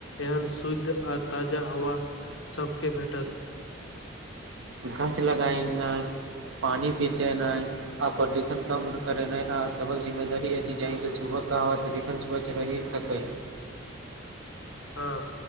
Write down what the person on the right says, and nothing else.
गाछ लगायनाइ पानि बेचेनाइ आ प्रदूषण कम करेनाइ आ सभक जिम्मेदारी अछि जाहि से सुबह का हवा सदिखन बच रहि सक